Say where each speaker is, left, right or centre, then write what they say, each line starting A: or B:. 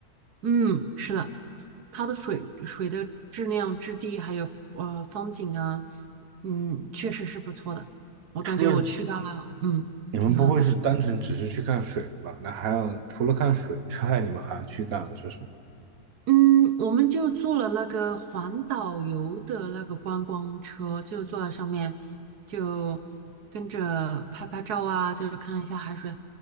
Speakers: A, on the right; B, on the right.
A: 嗯，是的，它的水水的质量、质地还有呃风景啊，嗯，确实是不错的。我感觉我去到了，
B: 除了
A: 嗯，
B: 你们不会是单纯只是去看水吧？
A: 挺好的。
B: 那还有除了看水之外，你们还去干了些什么？
A: 嗯，我们就坐了那个环岛游的那个观光车，就坐在上面，就跟着拍拍照啊，就是看一下海水。